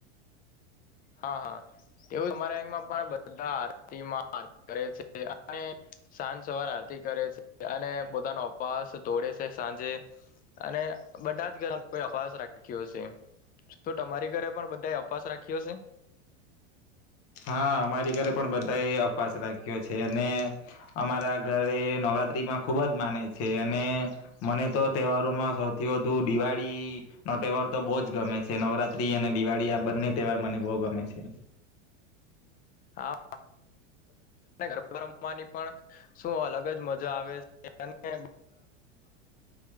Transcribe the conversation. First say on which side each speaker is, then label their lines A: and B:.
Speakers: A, on the left; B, on the left.
A: હા, હા, તેઓ તમારાં ગામમાં પણ બધા આરતીમાં આરતી કરે છે અને સાંજ સવાર આરતી કરે છે અને પોતાનો અપાસ તોડે છે, સાંજે અને બધા જ ઘર અપવાસ રાખ્યો છે તમારી ઘરે પણ બધાએ અપવાસ રાખ્યો હશે?
B: હા, અમારી ઘરે પણ બધા એ અપાસ રાખ્યો છે, અને અમારા ઘરે નવરાત્રીમાં ખુબ જ માને છે‌. અને મને તો તહેવારોમાં સૌથી વધુ દિવાળી નો તહેવાર તો બહુ જ ગમે છે. નવરાત્રી અને દિવાળી-આ બંને તહેવાર મને બહુ ગમે છે.
A: હા ગરબા રમવાની પણ શું અલગ જ મજા આવે છે અને